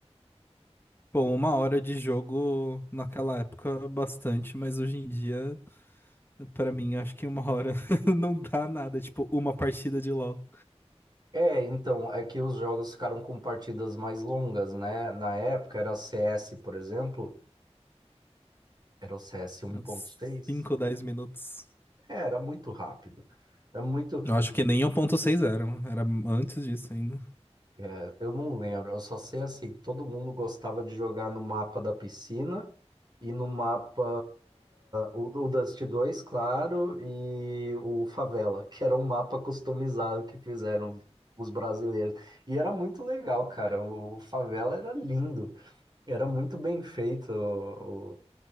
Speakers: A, on the left; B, on the right.
A: Pô, uma hora de jogo naquela época, bastante, mas hoje em dia, pra mim, acho que uma hora <laughs> não dá nada. Tipo, uma partida de LoL.
B: É, então, é que os jogos ficaram com partidas mais longas, né? Na época era CS, por exemplo, era o CS 1.6.
A: Uns 5 ou 10 minutos.
B: É, era muito rápido. É muito
A: Eu acho que nem 1.6 era, mano. Era antes disso ainda.
B: É, eu não lembro, eu só sei assim, que todo mundo gostava de jogar no mapa da piscina e no mapa o, o Dust 2, claro, e o Favela, que era um mapa customizado que fizeram os brasileiros. E era muito legal, cara. O, o Favela era lindo, era muito bem feito o, o,